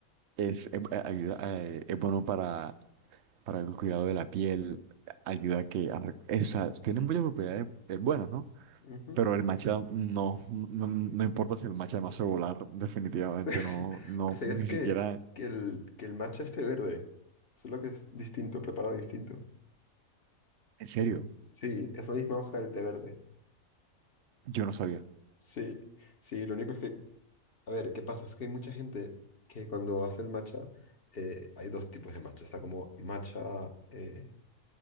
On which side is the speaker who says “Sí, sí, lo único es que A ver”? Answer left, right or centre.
Left